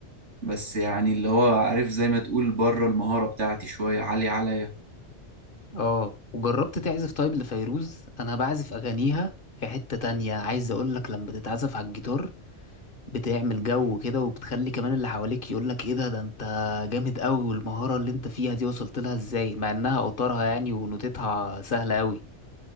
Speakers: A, on the right; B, on the left.
A: بس يعني اللي هو عارف زي ما تقول بره المهارة بتاعتي شوية عالية عليا
B: اه وجربت تعزف طيب لفيروز انا بعزف اغانيها في حتة تانية عايز اقولك لما بتتعزف على الجيتار بتعمل جو كده وبتخلي كمان اللي حواليك يقولك ايه ده ده انت جامد قوي والمهارة اللي انت فيها دي وصلت لها ازاي مع انها اوتارها يعني ونوتتها سهلة قوي